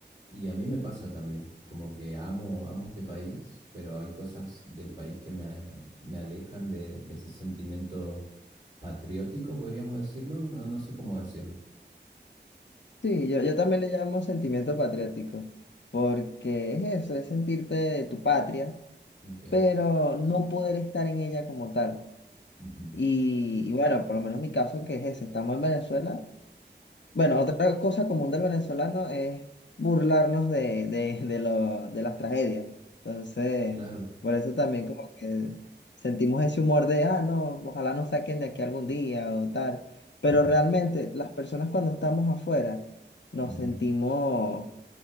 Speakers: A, on the right; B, on the left.
A: Y a mí me pasa también, como que amo, amo este país, pero hay cosas del país que me, me alejan de, de ese sentimiento patriótico, podríamos decirlo. No, no sé cómo decirlo.
B: Sí, yo, yo también le llamo sentimiento patriótico, porque es eso, es sentirte de tu patria,
A: Entiendo.
B: pero no poder estar en ella como tal.
A: Ujú.
B: Y, y bueno, por lo menos mi caso que es ese, estamos en Venezuela Bueno, otra cosa común del venezolano es burlarnos de, de, de, lo- de las tragedias. Entonces,
A: Claro.
B: por eso también como que sentimos ese humor de, ah, no, ojalá nos saquen de aquí algún día o tal. Pero
A: <laughs>
B: realmente las personas cuando estamos afuera nos
A: Ujú.
B: sentimos,